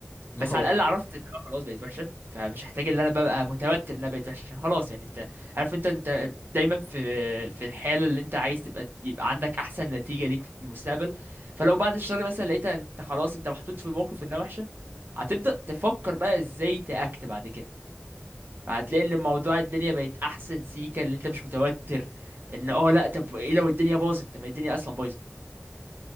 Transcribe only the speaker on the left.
<laughs>
هو
آه.